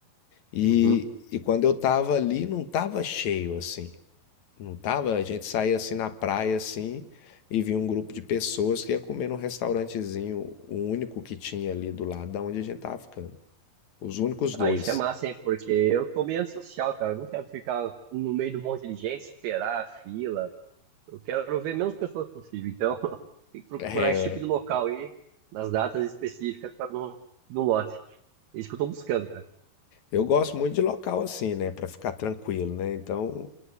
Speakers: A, on the left (about 60°); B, on the right (about 75°).
A: E,
B: Uhum.
A: e quando eu tava ali, não tava cheio assim. Não tava? A gente saía assim na praia assim e via um grupo de pessoas que ia comer num restaurantezinho, o único que tinha ali do lado da onde a gente tava ficando. Os únicos dois.
B: Ah, isso é massa, hein? Porque eu tô meio antissocial, cara. Eu não quero ficar no meio de um monte de gente, esperar a fila. Eu quero ver menos pessoas possível. Então, <laughs> tem que procurar
A: É,
B: esse tipo de local aí, nas datas específicas, para não, não lote. É isso que eu tô buscando, cara.
A: eu gosto muito de local assim, né, Pra ficar tranquilo, né? Então,